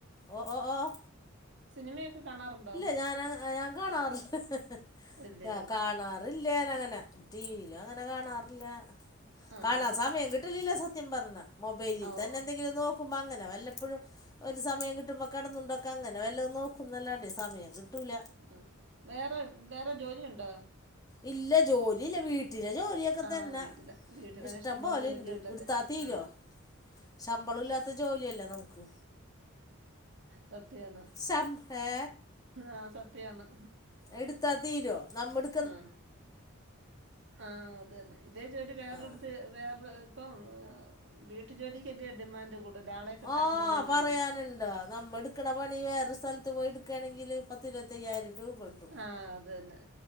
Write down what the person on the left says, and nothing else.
ഓഹ് ഓഹ് ഓഹ്.
ഞൻ ഞാൻ കാണാറുണ്ട്
കാണാറ. ഇല്ല അങ്ങനെ ടി വിയിലും അങ്ങനെ കാണാറില്ല.
കാണാ സമയം കിട്ടലില്ല സത്യം പറഞ്ഞ മൊബൈലിൽ
തന്നെ
എന്തെങ്കിലും നോ. നോക്കും അങ്ങനെ വല്ലപ്പോഴും ഒരു സമയം കിട്ടുമ്പോ കടന്നുണ്ടെ അങ്ങനെ വല്ല നോക്കല്ലാണ്ട്. സമയം കിട്ടൂല.
ഇല്ല ജോലി ഇല്ല വീട്ടിലെ ജോലിയ. ക്കെ
തന്നെ
ഇഷ്ടം
പോലെ
ഇണ്ട് ഇടുത്താ തീരോ.
ശമ്പളം ഇല്ലാത്ത ജോലിയല്ലേ നമുക്ക്.
ശം ഏ
എടുത്താ തീരുോ നമ്മുടെ.
ആ
ഓപറയാനുണ്ട
നമ്മ എടുക്കണ പണി വേറെ സ്ഥല്. പത്ത് പോയി എടുക്കുകണെങ്കിൽ പത്തിരുപത്തയ്യായിരം രൂപകിട്ടും